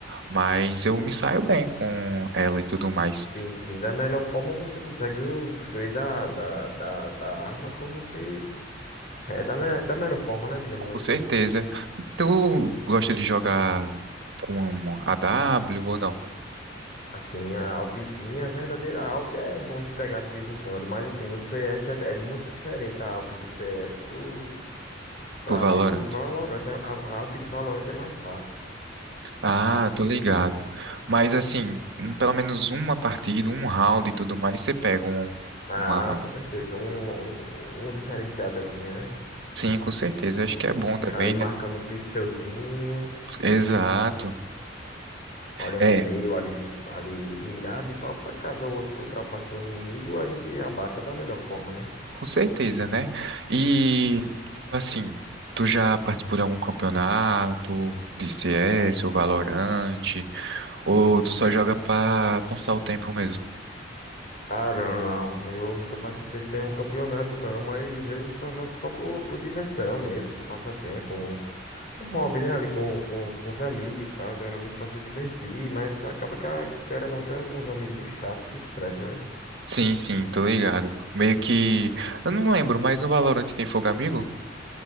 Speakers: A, on the right; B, on the left.
A: mas eu me saio bem com ela e tudo mais.
B: Sim, sim, da melhor forma você consegue usufruir da, da, da, da arma como se... É, da, me- da melhor forma, né? Digamos
A: Com
B: assim.
A: certeza. Tu gosta de jogar com a W ou não?
B: Assim, a Alpzinha, a verdadeira Alp é bom de pegar de vez em quando, mas assim, no CS é, é muito diferente a Alp do CS pro, pra
A: Pro Valorant.
B: Alp do Valorant. É- A, a Alp do Valorant é mais fácil.
A: Ah, tô ligado. Mas assim, um- pelo menos uma partida, um round e tudo mais, você pega um,
B: Ah,
A: uma.
B: com certeza, um, um, um diferenciadazinha, né?
A: Sim, com certeza. Acho que é bom
B: Ficar
A: também,
B: ali marcando
A: né?
B: um pixelzinho,
A: Exato.
B: Olha no
A: É,
B: meio ali, vi- ali mirado e tal, para caso eu ultrapasse um inimigo, a gente abata da melhor forma, né?
A: com certeza, né? E, tipo assim, tu já participou de algum campeonato de CS ou Valorant? Ou tu só joga pra passar o tempo mesmo?
B: Ah, não, não. Eu nunca participei de nenhum campeonato, não, mas eu só jogo só por, por diversão mesmo, com passatempo, um, um hobby, né? Ali com, com, com os amigos e tal, geralmente pra se divertir, mas acaba que, a, que querendo não tem alguns amiguinhos chatos que estressa, né?
A: Sim, sim, tô ligado. Meio que. Eu não lembro, mas no Valorant tem fogo amigo?